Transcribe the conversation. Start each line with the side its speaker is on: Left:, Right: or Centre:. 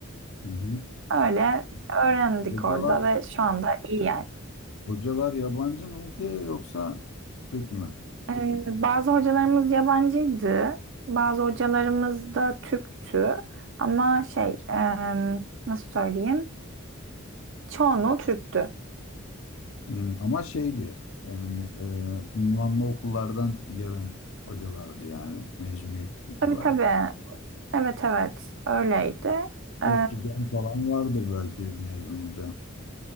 Left: Hı hı.
Right: Öyle öğrendik
Left: Hocalar
Right: orada ve şu anda iyi yani.
Left: Hocalar yabancı mıydı yoksa Türk mü?
Right: E, bazı hocalarımız yabancıydı. Bazı hocalarımız da Türktü. Ama şey e, nasıl söyleyeyim? Çoğunluğu Türktü.
Left: Hmm, ama şeydi yani e, ünvanlı okullardan gelen hocalardı yani mezuniyet itibariyle.
Right: Tabii tabii. Evet evet öyleydi. Ee,
Left: ODTÜ'den falan vardır belki mezun hoca.